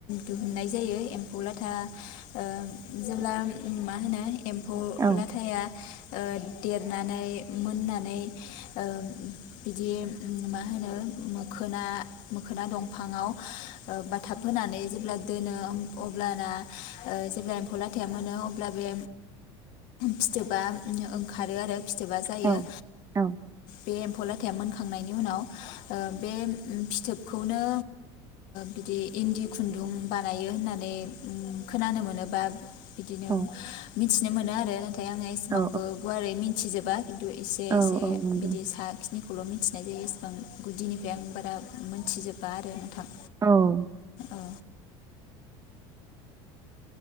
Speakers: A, on the left; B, on the right.
A: दिहुननाय जायो एम्फौ लाथा ओ जेब्ला मा होनो एम्फौ
B: औ
A: लाथाया ओ देरनानै मोननानै ओम बिदि मा होनो मोखोना मोखोना दंफाङाव ओ बाथाब होनानै जेब्ला दोनो अब्लाना ओ जेब्ला एम्फौ लाथाया मोनो अब्ला बे फिथोबा ओंखारो आरो फिथोबा जायो
B: औ औ
A: बे एम्फौ लाथाया मोनखांनायनि उनाव ओ बे फिथोबखौनो बिदि इन्दि खुन्दुं बानायो होननानै उम खोनानो मोनोबा बिदिनो
B: औ
A: मिथिनो मोनो आरो नाथाय आङो एसेबांबो
B: औ
A: गुवारै मिनथिजोबा खिन्थु एसे
B: औ
A: एसे
B: औ नंगौ
A: बिदि सा खिनिखौल' मिथिनाय जायो इसेबां गुदिनिफ्राय आं बारा मोनथिजोबा आरो नोंथां
B: औ
A: औ